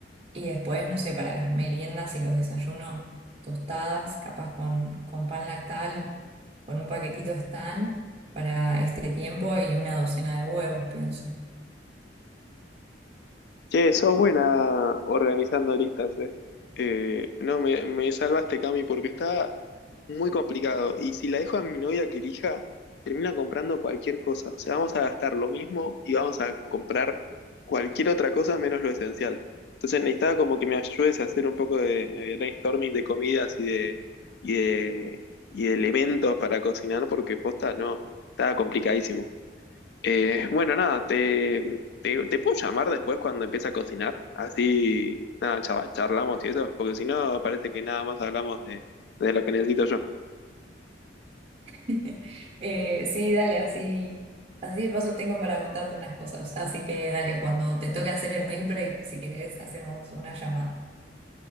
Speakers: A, on the right (about 30°); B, on the left (about 60°).
A: Y después, no sé, para las meriendas y los desayunos, tostadas, capaz con, con pan lactal, con un paquetito están para este tiempo y una docena de huevos, pienso.
B: Che, sos buena organizando listas, eh. Eh, no, me, me salvaste, Cami, porque estaba muy complicado. Y si la dejo a mi novia que elija, termina comprando cualquier cosa. O sea, vamos a gastar lo mismo y vamos a comprar cualquier otra cosa menos lo esencial. Entonces necesitaba como que me ayudes a hacer un poco de, de brainstorming de comidas y de, y de, y de elementos para cocinar, porque posta no, estaba complicadísimo. Eh, bueno, nada, te, te, te puedo llamar después cuando empiece a cocinar. Así, nada, chava- charlamos y eso, porque si no, parece que nada más hablamos de de lo que necesito yo.
A: <laughs> Eh, sí, dale, así, así de paso tengo para contarte unas cosas. Así que dale, cuando te toque hacer el meal prep, si querés, hacemos una llamada.